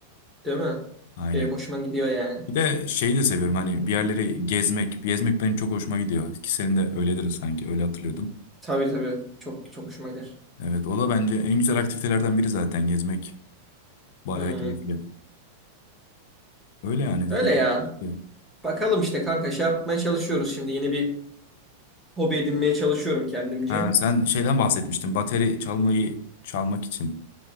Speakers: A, in the centre; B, on the left.
A: Değil mi?
B: Aynen.
A: Benim hoşuma gidiyor yani.
B: Bir de şeyi de seviyorum hani bir yerleri gezmek. Gezmek benim çok hoşuma gidiyor. Ki senin de öyledir sanki öyle hatırlıyordum.
A: Tabii tabii. Çok çok hoşuma gider.
B: Evet o da bence en güzel aktivitelerden biri zaten gezmek. Bayağı
A: Hmm.
B: keyifli. Öyle yani
A: Öyle
B: dediğim
A: ya.
B: gibi. işte.
A: Bakalım işte kanka şey yapmaya çalışıyoruz şimdi. Yeni bir hobi edinmeye çalışıyorum kendimce.
B: Ha, sen şeyden bahsetmiştin. Bateri çalmayı çalmak için